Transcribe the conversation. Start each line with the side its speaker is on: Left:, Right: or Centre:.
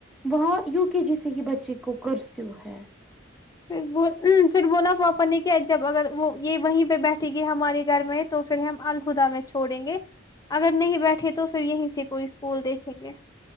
Centre: وہاں یو کے جی سے ہی بچے کو کرسو ہے
Left: پھر وہ ام پھر بولا وہپ نے کیا جب اگر وہ یے وہیں پے بیٹھے گی ہمارے گھر میں تو پھر ہم الہدا میں چھوڑیں گے اگر نہیں بیٹھے تو پھر یہیں سے کوئی اسکول دیکھیں گے